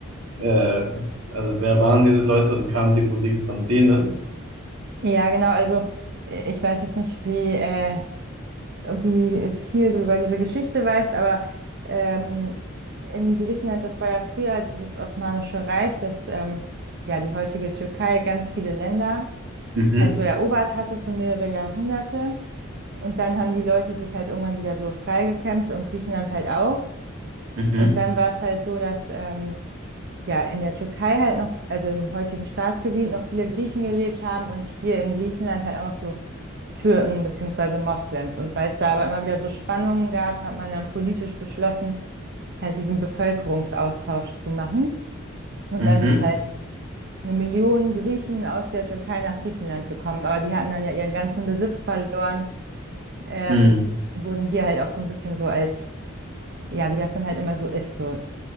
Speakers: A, on the right (about 85°); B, on the right (about 55°).
A: äh, also wer waren diese Leute und kam die Musik von denen?
B: Ja, genau, also äh, ich weiß jetzt nicht, wie äh, wie viel du über diese Geschichte weißt, aber ähm, in Griechenland, das war ja früher dieses Osmanische Reich, das ähm, ja die heutige Türkei ganz viele Länder
A: Mhm.
B: halt so erobert hatte für mehrere Jahrhunderte. Und dann haben die Leute sich halt irgendwann wieder so freigekämpft und Griechenland halt auch.
A: Mhm.
B: Und dann war es halt so, dass ähm, ja, in der Türkei halt noch, also im heutigen Staatsgebiet noch viele Griechen gelebt haben und hier in Griechenland halt auch noch so Türken beziehungsweise Moslems. Und weil es da aber immer wieder so Spannungen gab, hat man dann politisch beschlossen, halt diesen Bevölkerungsaustausch zu machen. Und
A: Mhm.
B: dann sind halt eine Million Griechen aus der Türkei nach Griechenland gekommen, aber die hatten dann ja ihren ganzen Besitz verloren, ähm,
A: Mhm.
B: wurden hier halt auch so ein bisschen so als, ja, wie das dann halt immer so ist, so